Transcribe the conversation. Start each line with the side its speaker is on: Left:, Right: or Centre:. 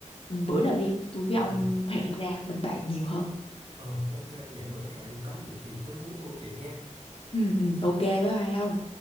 Left: ừ, bữa nào đi tôi với ông
Right: ừ
Left: hẹn ra mình bàn nhiều hơn
Right: ừ ok vậy bữa nào đi có gì thì cứ hú tôi vậy nha
Left: ừ ừ ok bye bye ông